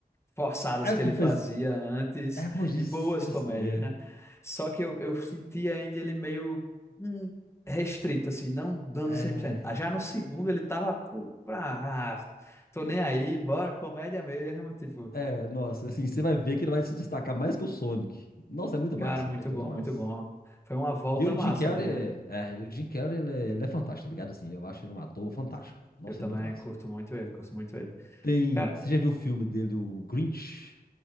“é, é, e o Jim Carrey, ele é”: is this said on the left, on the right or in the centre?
Left